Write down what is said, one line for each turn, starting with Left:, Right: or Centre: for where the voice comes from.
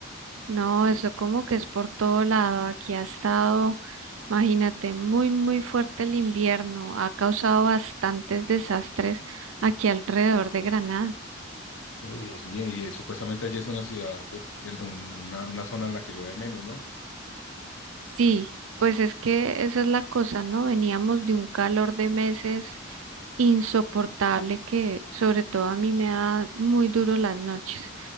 Right: No, eso como que es por todo lado. Aquí ha estado, imagínate, muy, muy fuerte el invierno. Ha causado bastantes desastres aquí alrededor de Granada.
Left: Oh, Dios mío, y eh, supuestamente allí es una ciudad, pues, el- un- una, una zona en la que llueve menos, ¿no?
Right: Sí, pues es que esa es la cosa, ¿no? Veníamos de un calor de meses insoportable que sobre todo a mí me da muy duro las noches.